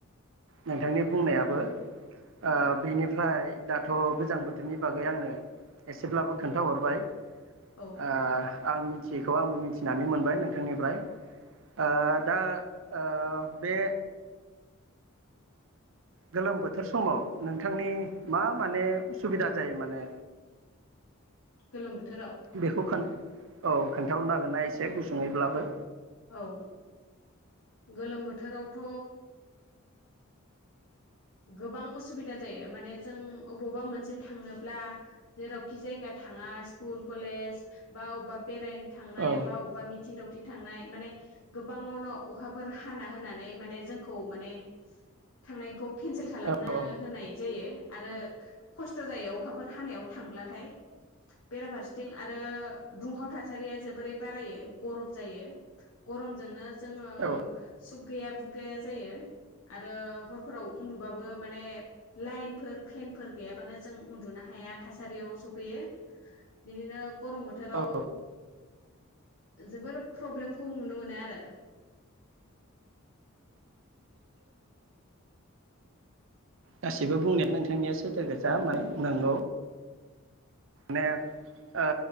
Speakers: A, on the right; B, on the left.
A: नोंथांनि बुंनायाबो ओ बेनिफ्राय दाथ' गोजां बोथोरनि बागै आंनो एसेब्लाबो खोन्थाहरबाय। ओ
B: औ
A: आं मिथि बेखौ आंबो मिथिनानै मोनबाय नोंथांनिफ्राय ओ दा ओ बे गोलोम बोथोर समाव नोंथांनि मा माने उसुबिदा जायो माने?
B: गोलोम बोथोराव
A: बेखौ खोन औ खोन्थाहरनो नागोन ना एसे गुसुङैब्लाबो?
B: औ गोलोम बोथोरावथ' गोबां असुबिदा जायो माने जों अबावबा मोनसे थांनोब्ला जेरावखि जायगा थाङा स्कुल कलेज बा अबेबा बेरायनो थांनाय
A: औ
B: बा अबेबा मिथिं दाउ थिं थांनाय माने गोबाङावनो अखाफोर हाना होनानै माने जोंखौ माने थांनाय खौ केनसेल खालामना
A: औ औ
B: होनाय जायो आरो खस थ जायो अखाफोर हानायाव थांब्ला। थाइ बेराफारसेथिं आरो दुंहाव थासारिया जोबोरै बारायो गरम जायो गरम जोंनो जोङो
A: औ
B: सुख गैया बुख गो जायो आरो हर फोराव उन्दुबाबो माने लाइनफोर फेनफोर गैयाबानो जों उन्दुनो हाया थासारियाव सफैयो बिदिनो गरम बोथोराव
A: दे
B: जोबोर प्रब्लेमखौ नुनो मोनो आरो
A: गासिबो बुंनाया नोंथांनिया सैथो गोजा माने नंगौ। माने ओ